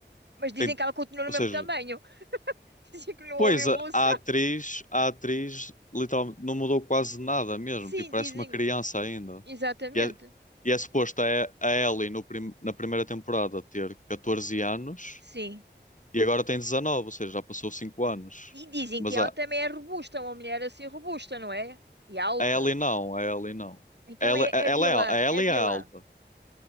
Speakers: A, on the right (about 65°); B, on the left (about 40°).
A: Mas dizem
B: Tem,
A: que ela continua no
B: ou
A: mesmo
B: seja.
A: tamanho. <laughs> Dizem que não
B: Pois,
A: houve evolução.
B: a a atriz, a atriz literalmente não mudou quase nada mesmo,
A: Sim,
B: tipo, parece
A: dizem.
B: uma criança ainda.
A: Exatamente.
B: E é, e é suposto a, E- a Ellie no prim- na primeira temporada ter 14 anos
A: Sim.
B: e agora tem 19, ou seja, já passou 5 anos.
A: E dizem
B: Mas
A: que ela
B: a,
A: também é robusta, uma mulher assim robusta, não é? E alta.
B: a Ellie não, a Ellie não.
A: Então
B: Ela,
A: é,
B: a,
A: é
B: ela
A: vilã,
B: é, al- a Ellie
A: é vilã.
B: é alta.